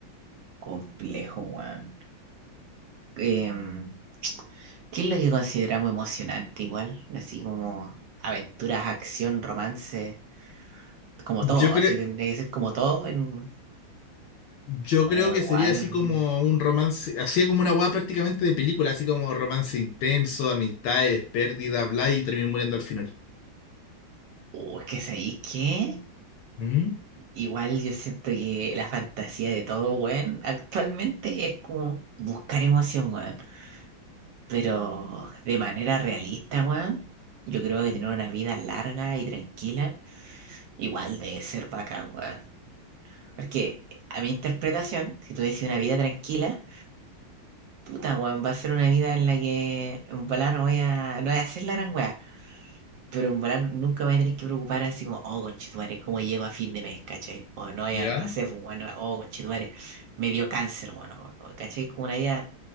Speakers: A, on the right (about 70°); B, on the left (about 70°).
A: Complejo, weón. Em, ¿qué es lo que consideramos emocionante igual? Así como aventuras, acción, romance, como
B: Yo
A: todo,
B: creo,
A: así tendría que ser como todo en...
B: yo
A: O
B: creo que
A: igual,
B: sería así como
A: mm,
B: un romance, así como una hueá prácticamente de película, así como romance intenso, amistades, pérdidas, bla, y terminan muriendo al final.
A: o es que sabéis qué,
B: ¿Mm?
A: igual yo siento que la fantasía de todo, weón, actualmente es como buscar emoción, weón, pero de manera realista, weón. Yo creo que
B: ¿Ya?
A: tener una vida larga y tranquila Igual debe ser bacán, weón. Porque a mi interpretación, si tú decís una vida tranquila, puta, weón, va a ser una vida en la que en volá no voy a, no voy a hacer la gran weá. Pero en volá nunca me voy a tener que preocupar así como, oh, conchetumare, ¿cómo llego a fin de mes, cachai? O no, ya,
B: ¿Ya?
A: no sé, pues, bueno, oh, conchetumare, me dio cáncer, bueno, no, cachai, como una vida